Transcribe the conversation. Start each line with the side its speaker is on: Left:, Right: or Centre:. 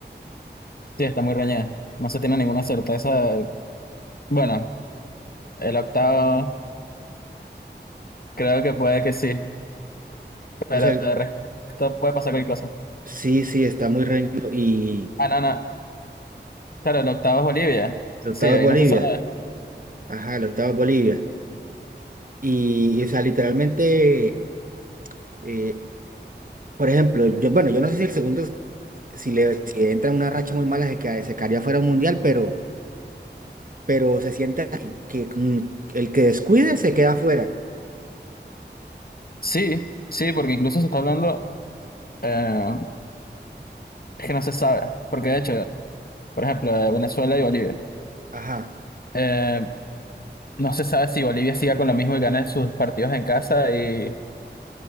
Left: sí, está muy reñida. No se tiene ninguna certeza. Bueno, el octavo creo que puede que sí, pero
Right: O sea, el-
Left: de resto puede pasar cualquier cosa.
Right: sí, sí, está muy reñido. Y
Left: Ah, no, no, claro, el octavo es Bolivia. Sí,
Right: el octavo
Left: ahí
Right: es Bolivia.
Left: no se sabe.
Right: Ajá, el octavo es Bolivia. Y, y, o sea, literalmente, eh, por ejemplo, yo, bueno, yo no sé si el segundo, es- si le si entra en una racha muy mala, se, queda- se quedaría fuera del mundial, pero, pero se siente así, que mm, el que descuide se queda fuera.
Left: Sí, sí, porque incluso se está hablando eh, es que no se sabe, porque de hecho, por ejemplo, de Venezuela y Bolivia.
Right: Ajá,
Left: eh, no se sabe si Bolivia siga con lo mismo y gane sus partidos en casa y,